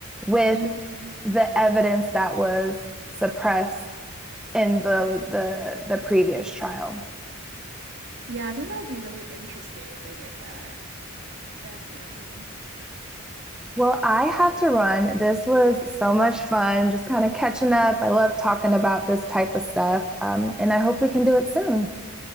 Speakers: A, in the centre; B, on the right.
A: with
B: Mhm.
A: the evidence that was suppressed in the the the previous trial.
B: Yeah, I think that would be really interesting if they did that. Definitely.
A: Well, I have to run. This was so much fun, just kind of catching up. I love talking about this type of stuff, um, and I hope we can do it soon.